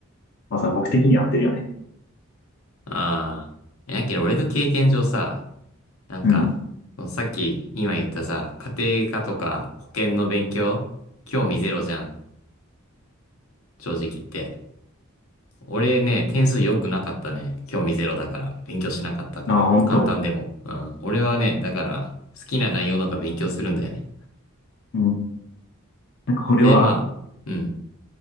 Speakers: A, on the left; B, on the left.
A: まあさ、僕的に合ってるよね。
B: ああ、やけど俺の経験上さ、なんか、
A: うん。
B: そのさっき今言ったさ、家庭科とか保険の勉強、興味ゼロじゃん、正直言って。俺ね、点数良くなかったね。興味ゼロだから。勉強しなかったから。
A: ああ、本当。
B: 簡単でも。うん。俺はね、だから、好きな内容なんか勉強するんだよね。
A: うん。なんかこれは、
B: で、まあ、うん。